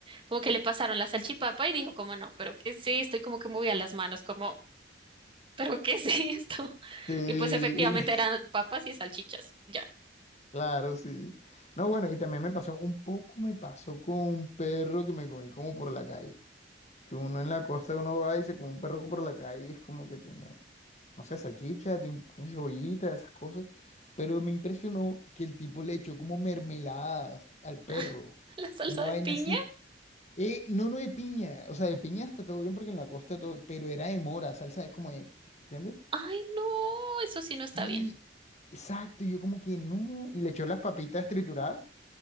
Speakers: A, on the right (about 30°); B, on the left (about 40°).
A: Como que le pasaron la salchipapa y dijo, como no, pero que sí, estoy como que movía las manos, como, pero ¿qué es esto? <laughs>
B: Sí.
A: Y pues efectivamente eran
B: <laughs>
A: papas y salchichas. Ya.
B: Claro, sí. No, bueno, y también me pasó, un poco me pasó con un perro que me comí como por la calle. Que uno en la costa uno va y se come un perro por la calle y es como que tiene, no sé, salchicha, tiene, tiene cebollita, esas cosas. Pero me impresionó que el tipo le echó como mermeladas al perro.
A: <laughs> La salsa
B: Una
A: de
B: vaina
A: piña.
B: así. Eh, no, no de piña. O sea, de piña está todo bien porque en la costa todo, pero era de mora, salsa de como de, ¿entiendes?
A: Ay, no, eso sí
B: Sí,
A: no está bien.
B: exacto. y Yo como que no. Y le echó las papitas trituradas